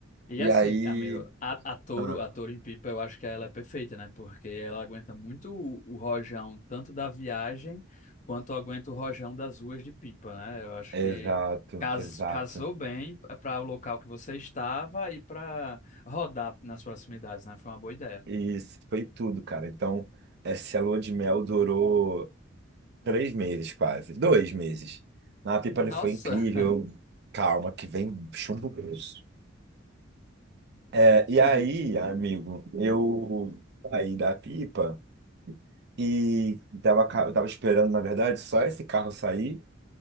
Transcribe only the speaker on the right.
E
aí.
Ah,
exato,
exato.
E Isso, foi tudo, cara. Então, essa lua de mel durou três meses, quase. Dois meses. Na Pipa
ele foi incrível. Calma, que vem chumbo grosso. É,
e aí, amigo, eu saí da Pipa. E tava, ca- eu tava esperando, na verdade, só esse carro sair